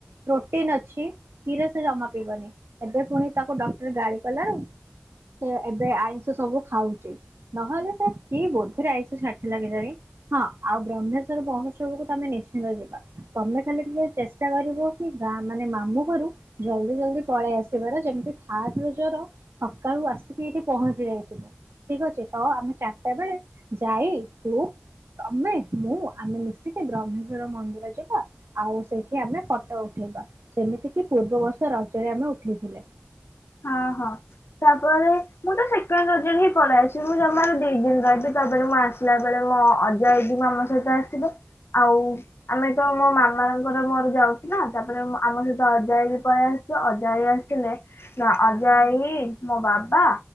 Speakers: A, on the right; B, on the left.
A: ପ୍ରୋଟିନ ଅଛି କ୍ଷୀର ସେ ଜମା ପିବନି ଏବେ ପୁଣି ତାକୁ ଡକ୍ଟର ଗାଳି କଲାରୁ ସେ ଏବେ ଆଇଁଷ ସବୁ ଖାଉଛି ନହେଲେ ସେ କି ବୋଧରେ ଆଇ ଷାଠି ଲାଗେ ଜାଣି ହଁ ଆଉ ବ୍ରହ୍ମେଶ୍ଵର ମହୋତ୍ସବକୁ ତମେ ନିଶ୍ଚିନ୍ତ ଯିବା ତମେ ଖାଲି ଟିକେ ଚେଷ୍ଟା କରିବ କି ଗାଁ ମାନେ ମାମୁ ଘରୁ ଜଲ୍ଦି ଜଲଦି ପଳେଇ ଆସିବାର ଯେମିତି ଥାର୍ ରୋଜର ସକାଳୁ ଆସିକି ଏଇଠି ପହଞ୍ଚି ଯାଇଥିବ ଠିକ ଅଛି ତ ଆମେ ଚାରିଟା ବେଳେ ଯାଇ ତୁ ତମେ ମୁଁ ଆମେ ମିଶିକି ବ୍ରହ୍ମେଶ୍ଵର ମନ୍ଦିର ଯିବା ଆଉ ସେଇଠି ଆମେ ଫଟୋ ଉଠେଇବା ଯେମିତିକି ପୂର୍ବବର୍ଷ ରଜରେ ଆମେ ଉଠେଇଥିଲେ।
B: ହଁ ହଁ ତାପରେ ମୁଁ ତ ସେକେଣ୍ଡ ରୋଜରେ ହିଁ ପଳେଇ ଆସିବି ମୁଁ ଜମାରୁ ଦି ଦିନ ରହିବି ତାପରେ ମୁଁ ଆସିଲା ବେଳେ ମୋ ଅଜୟ ମାମା ସହିତ ଆସିବ। ଆଉ ଆମେ ତ ମୋ ମାମାଙ୍କର ମୋର ଯାଉଛି ତାପରେ ଆମ ସହିତ ଅଜ ଆଇ ବି ପଳେଇ ଆସଛ ଅଜୟ ଆସିଲେ। ନା ଅଜା ଆଇ ମୋ ବାବା